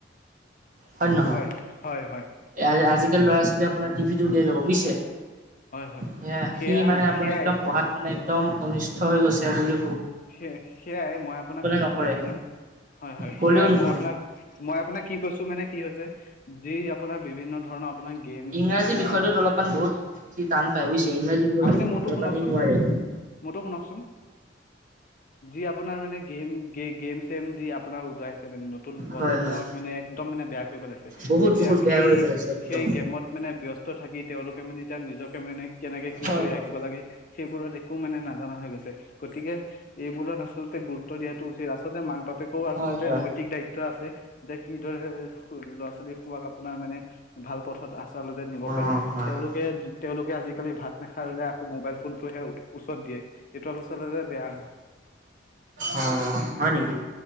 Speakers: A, on the right; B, on the left.
A: হয়নে নহয়?
B: হয় হয় হয়
A: এ আ-আজি ল'ৰা-ছোৱালীয়ে আপোনাৰ টিভি উলিয়াই ল'ব বুইছে।
B: হয় হয়
A: সেয়া
B: সেয়াই
A: সি মানে আপোনাৰ
B: সেয়াই
A: একদম পঢ়াত মানে একদম অনিষ্ঠ হৈ গৈছে বুলি
B: সেয়-সেয়াই মই আপোনাক কি
A: নকৰে,
B: কৈছো, আপোনাৰ হয়, হয়।
A: ক'লেও
B: সেয়াই
A: নুশুনে।
B: মই আপোনাক মই আপোনাক কি কৈছো, মানে কি হৈছে যি আপোনাৰ বিভিন্ন ধৰণৰ আপোনাৰ গেমছ
A: ইংৰাজী
B: আপোনাৰ
A: বিষয়টোত অলপমান বহুত সি টান পায় বুজছে, ইংৰাজী বিষয়টো
B: আপুনি মোৰতো
A: অলপমান
B: শুনকচোন
A: সি নোৱাৰে।
B: মোৰতো শুনকচোন যি আপোনাৰ মানে গেম গে গেম চেম যি আপোনাৰ ওলাইছে, মানে নতুন প্ৰজন্মক
A: হয় হয়,
B: মানে একদম মানে বেয়া কৰি পেলাইছে,
A: বহুত
B: এতিয়া
A: বহুত বেয়া
B: সেই
A: কৰি পেলাইছে একদম।
B: সেই গেমত মানে ব্যস্ত থাকি তেওঁলোক <unintelligible> এতিয়া নিজকেে কেনেকে কি
A: হয়
B: কৰি
A: হয়,
B: ৰাখিব লাগে সেইবোৰত একো মানে নাজানা হৈ গৈছে। গতিকে এইবোৰত আচলতে গুৰুত্ব দিয়াটো উচিত। আচলতে মাক বাপেকেও আচলতে
A: হয় হয়।
B: নৈতিক দায়িত্ব আছে, যে কিদৰে ল'ৰা-ছোৱালী খুৱাক আপোনাৰ মানে ভাল পথত, আছে। চলতে নিব
A: অ'
B: পাৰি।
A: হয়
B: তেওঁলোকে-তেওঁলোকে
A: হয়,
B: আজিকালি ভাত নাখাইলে আকৌ মোবাইল ফোনতটোহে ওচৰত দিয়ে। এইটো আলচাললে বেয়া হয়।
A: অ, হয় নেকি?